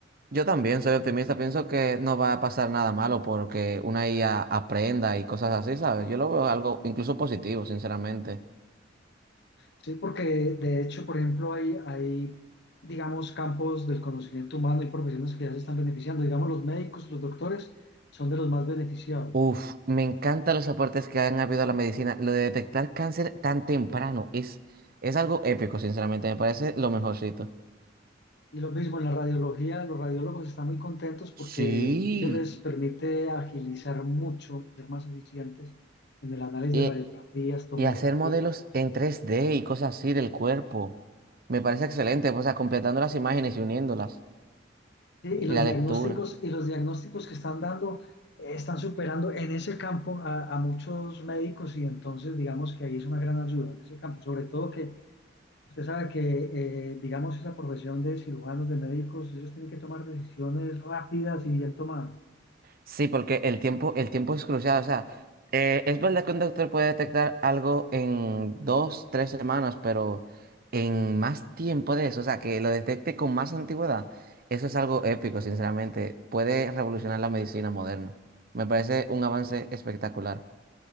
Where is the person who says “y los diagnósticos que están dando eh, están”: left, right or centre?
Left